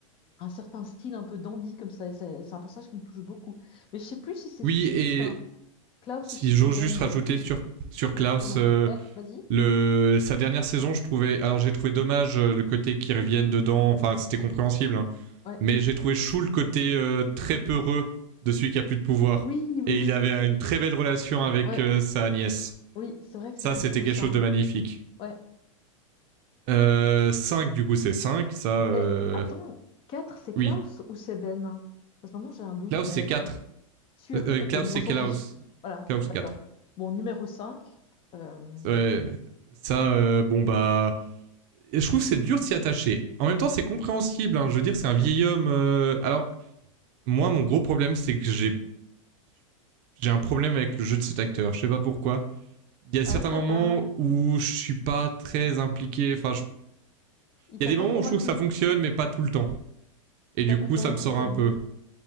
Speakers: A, on the left; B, on the right.
A: un certain style un peu dandy comme ça. Et C'est c'est un personnage qui me touche beaucoup. Mais je sais plus si c'est
B: oui,
A: 6
B: et
A: Klaus
B: si
A: ou si
B: j'ose
A: c'est Ben.
B: juste rajouter
A: hein.
B: sur sur
A: Ouais,
B: Klaus,
A: pardon.
B: euh,
A: Ouais, vas-y.
B: le sa dernière saison, je trouvais. Alors j'ai trouvé dommage euh, le côté qui revienne dedans. Enfin, c'était compréhensible, hein.
A: Ouais.
B: mais j'ai trouvé chou le côté euh, très peureux de celui qui a plus de pouvoir.
A: Oui, oui,
B: Et
A: oui,
B: il
A: oui.
B: avait euh, une très belle relation avec
A: Ouais,
B: euh, sa nièce.
A: oui, c'est vrai que
B: Ça,
A: c'était
B: c'était
A: chou
B: quelque
A: ça.
B: chose de magnifique.
A: Ouais.
B: Euh, 5, du coup, c'est cinq Ça, euh,
A: Mais attends, 4 c'est Klaus
B: oui.
A: ou c'est Ben? Parce que maintenant j'ai un doute,
B: Klaus,
A: mais
B: c'est 4.
A: sûr. Ok,
B: Klaus,
A: bon,
B: c'est
A: on s'en
B: Klaus.
A: fiche. Voilà,
B: Klaus
A: d'accord.
B: quatre
A: Bon, numéro 5. euh,
B: Ouais, ça, euh, bon, bah je trouve que c'est dur de s'y attacher. En même temps, c'est compréhensible. hein. Je veux dire, c'est un vieil homme. euh, Alors, moi, mon gros problème, c'est que j'ai j'ai un problème avec le jeu de cet acteur. Je sais pas pourquoi. Il y a
A: Ah
B: certains
A: ouais, t'as
B: moments
A: pas...
B: où je suis pas très impliqué. Enfin, je-
A: Il
B: il
A: t'a
B: y a des
A: pas
B: moments
A: convaincu.
B: où je trouve que ça fonctionne, mais pas tout le temps. Et
A: Il t'a
B: du
A: pas
B: coup,
A: convaincu
B: ça me sort
A: comme
B: un peu.
A: vieux.